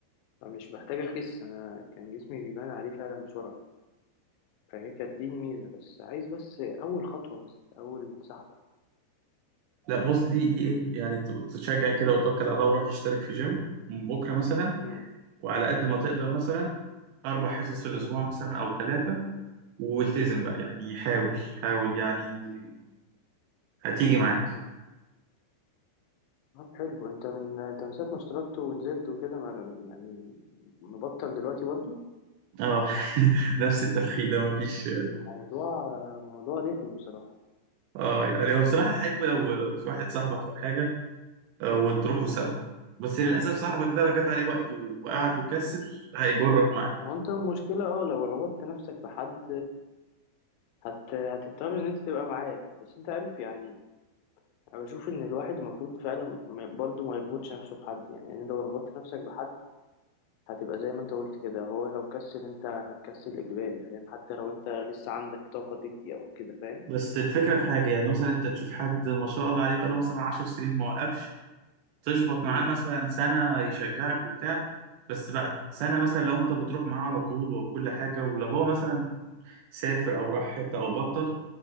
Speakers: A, on the left; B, on the right.
A: فمش بحتاج اخس انا كان جسمي بيبان عليه فعلا بسرعه فهي كانت دي الميزه بس عايز بس اول خطوه بس اول سحبه
B: لا بص دي دي ايه يعني ت- تشجع كده وتوكل على الله وروح اشترك في جيم من بكرة مثلا
A: مم.
B: وعلى قد
A: مم.
B: ما تقدر مثلا أربع حصص في الأسبوع
A: مم.
B: مثلا أو ثلاثة والتزم بقى يعني حاول حاول يعني هتيجي معاك
A: مم. طب حلو انت من انت من ساعه ما اشتركت ونزلت وكده ما- يعني مبطل دلوقتي برضو
B: اه <laughs> نفس التفخيدة مفيش
A: موضوع موضوع رخم بصراحه
B: اه يعني هو بصراحة حلو لو في واحد صاحبك أو حاجة آه، وتروحوا
A: مم.
B: سوا بس للأسف صاحبك ده لو جات عليه وقت وقعد وكسر هيجرك معاه
A: وانت المشكله اه لو ربطت نفسك بحد هت... هتضطر ان انت تبقى معاه بس انت عارف يعني انا بشوف ان الواحد المفروض فعلا ما- برضو ما يربطش نفسه بحد يعني, يعني لو ربطت نفسك بحد هتبقى زي ما انت قلت كده هو لو كسل انت هتكسل اجباري فاهم حتى لو انت لسه عندك طاقة تدي او كده فاهم
B: بس الفكرة في حاجة يعني مثلا أنت تشوف حد ما شاء الله عليه بقاله مثلا عشر سنين ما وقفش تشبط معاه
A: مم.
B: مثلا سنة يشجعك وبتاع بس بعد سنة مثلا لو أنت بتروح معاه على طول وكل حاجة ولو هو مثلا سافر أو راح حتة أو بطل